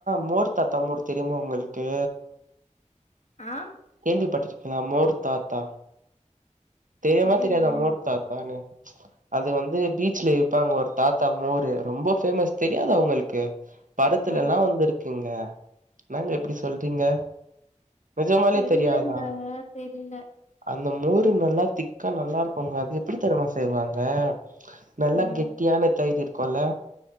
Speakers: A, on the right; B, on the left.
A: மோர் தாத்தாமோர் தெரியுமா ஒங்களுக்கு
B: ஆ
A: கேள்வி பட்டிருக்கிங்களா மோர் தாத்தா தெரிமா
B: தெரிலங்க
A: தெரியாதா மோடு தாத்தானு
B: <inaudible>
A: அது வந்து பீச்ல இர்ப்பாங்க ஒரு தாத்தா மோரு ரொம்ப பேஃமஸ் தெரியாதா உங்களுக்கு படத்துலல்லா
B: ம்
A: வந்துருக்கிங்க என்னங்க இப்டி சொல்றீங்க நிஜமாலே
B: தெரிலங்க
A: தெரியாதா
B: தெரில
A: அந்த மோரு நல்லா திக்கா நல்லா இருக்குங்க அது எப்டி தருமா செய்வாங்க நல்லா
B: ம்
A: கெட்டியான தயிர் இருக்குல்ல